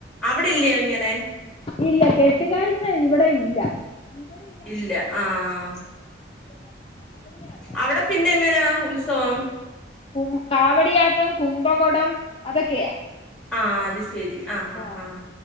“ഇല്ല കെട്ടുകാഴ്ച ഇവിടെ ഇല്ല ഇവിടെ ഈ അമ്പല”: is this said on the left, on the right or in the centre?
Left